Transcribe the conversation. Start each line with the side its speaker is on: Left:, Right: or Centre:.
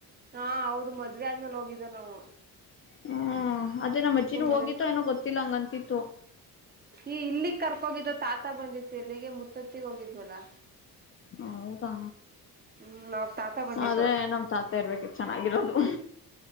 Right: ಹಾ ಹೌದು ಮದ್ವೆ ಆದ್ಮೇಲೆ ಹೋಗಿದ್ದೇ ನಾನು.
Left: ಹ್ಮ ಅದೇ ನಮ್ಮ ಅಜ್ಜಿನ
Right: ಮದ್ವೆ
Left: ಹೋಗಿ ತೋ ಏನೋ ಗೊತ್ತಿಲ್ಲ ಹಂಗಂತಿತ್ತು.
Right: ಈ ಇಲ್ಲಿಗ್ ಕರ್ಕೋಗಿದ್ ತಾತ ಬಂದಿತ್ತು ಇಲ್ಲಿಗೆ ಮುತ್ತತ್ತಿಗೆ ಹೋಗಿದ್ವಲ್ಲಾ
Left: ಹೌದಾ
Right: ಹ್ಮ್ ಅವಾಗ ತಾತ ಬಂದಿತ್ತು
Left: ಆದ್ರೆ ನಮ್ ತಾತ ಇರ್ಬೇ ಚೆನ್ನಾಗಿರೋದು